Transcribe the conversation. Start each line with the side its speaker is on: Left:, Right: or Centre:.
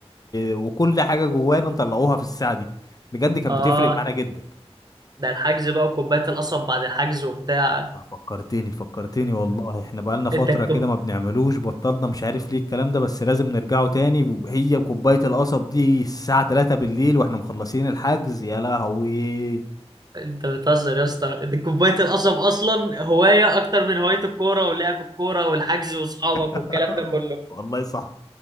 Left: وكل حاجة جوانا نطلعوها في الساعة دي بجد كانت
Right: اه
Left: بتفرق معانا جدا
Right: ده الحجز بقى وكوبايه القصب بعد الحجز وبتاع
Left: آه، فكرتني فكرتني والله احنا بقالنا فترة
Right: انت كوب...
Left: كده ما بنعملوش بطلنا مش عارف ليه الكلام ده بس لازم نرجعه تاني ب- هي وكوباية القصب دي الساعة 3 بالليل واحنا مخلصين الحجز يا لهوي
Right: انت بتهزر يا اسطى انت كوبايه القصب اصلا هوايه اكتر من هوايه الكوره ولعب الكوره والحجز واصحابك
Left: <laughs>
Right: والكلام ده كله
Left: والله صح